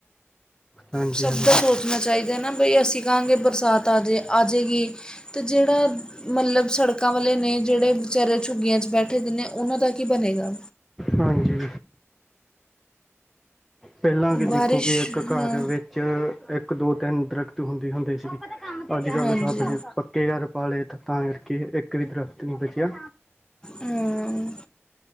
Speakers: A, in the centre; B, on the left.
A: ਹਾਂਜੀ
B: ਸਭ
A: ਹਾਂਜੀ
B: ਦਾ ਸੋਚਣਾ ਚਾਹੀਦਾ ਨਾ। ਬਈ ਅਸੀਂ ਕਹਾਂਗੇ ਬਰਸਾਤ ਆਜੇ ਆਜੇਗੀ ਤੇ ਜਿਹੜਾ ਮਤਲਬ ਸੜਕਾਂ ਵਾਲੇ ਨੇ। ਜਿਹੜੇ ਵਿਚਾਰੇ ਝੁੱਗੀਆਂ 'ਚ ਬੈਠੇ ਦੇ ਨੇ ਉਹਨਾਂ ਦਾ ਕੀ ਬਣੇਗਾ
A: ਹਾਂਜੀ। ਪਹਿਲਾਂ ਵੀ
B: ਬਾਰਿਸ਼
A: ਦੇਖੋ। ਕਿ ਇੱਕ ਘਰ
B: ਹਾਂ
A: ਵਿੱਚ ਇੱਕ, ਦੋ, ਤਿੰਨ ਦਰੱਖਤ ਹੁੰਦੇ-ਹੁੰਦੇ ਸੀ। ਅੱਜ ਕੱਲ੍ਹ
B: ਹਾਂਜੀ
A: ਸਾਬਣੇ ਪੱਕੇ ਘਰ ਪਾ ਲਏ, ਤੇ ਤਾਂ ਕਰਕੇ ਇੱਕ ਵੀ ਦਰਖਤ ਨਹੀਂ ਬਚਿਆ
B: ਹੂੰ,